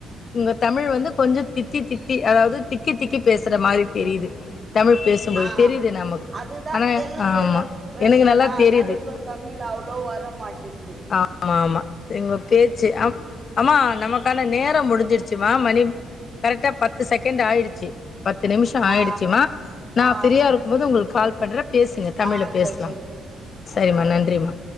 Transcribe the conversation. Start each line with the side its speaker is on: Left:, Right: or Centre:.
Left: இங்க தமிழ் வந்து கொஞ்சோ தித்தி தித்தி அதாவது திக்கி திக்கி பேசுற மாரி தெரியுது தமிழ் பேசும்போது
Right: ஆ
Left: தெரியுது நமக்கு.
Right: அதுதா
Left: ஆனா
Right: தெலுங்குல
Left: ஆமா.
Right: பேசுறேனா
Left: எனக்கு நல்லா
Right: அதனால
Left: தெரியுது.
Right: இப்ப தமிழ் அவ்ளோ வர மாட்டேன்து
Left: ஆ ஆமா ங்க பேச்சு ஆமா நமக்கான நேரோ முடிஞ்சிருச்சுமா மணி கரெக்டா பத்து செகண்ட் ஆயிடுச்சு பத்து நிமிஷோ ஆயிடுச்சுமா
Right: ஆ
Left: நா
Right: ஆ
Left: ஃபிரீயா இருக்கும்போது உங்களுக்கு கால் பண்ர பேசுங்க தமிழ்ல
Right: ஆ
Left: பேசலா
Right: சரி சரி
Left: சரிம்மா
Right: ஆ
Left: நன்றிம்மா